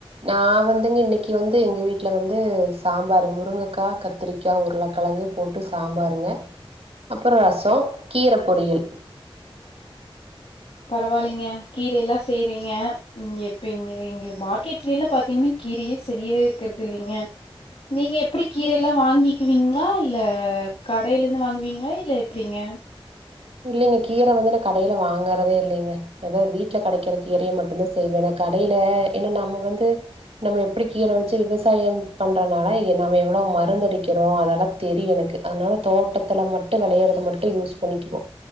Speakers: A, on the right; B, on the left.
A: நா வந்துங்க இன்னைக்கி வந்து எங்க வீட்ல வந்து சாம்பார்ரு முருங்கக்கா கத் திரிக்கா உருளக்கெழங்கு போட்டு சாம்பாருங்க அப்பற ரசோ கீர பொரியல்
B: பரவாயில்லீங்க கீரையெல்லா செய்றீங்க இங்க இப்ப இங்க இங்க மார்க்கெட்ல்லா பாத்தீங்கன்னா கீரயே செரியா இருக்கறது இல்லீங்க நீங்க எப்டி கீரையில்லா வாங்கிக்கிவீங்ளா இல்ல கடையில இந்து வாங்குவீங்ளா இல்ல எப்டிங்க
A: இல்லைங்க கீர வந்து நா கடையில வாங்கறதே இல்லைங்க எதோ வீட்ல கெடக்கிற கீரைய மட்டுந்தா சம செய்வேனே கடையில ஏனா நம்ம வந்து நம்ம எப்டி கீர வச்சி விவசாயம் பண்றனால நம்ம எவ்ளோ மருந்தடிக்கிறோ அதெல்லா தெரியு எனக்கு அதனால தோட்டத்துல மட்டு வெளையறத மட்டு யூஸ் பண்ணிக்குவோ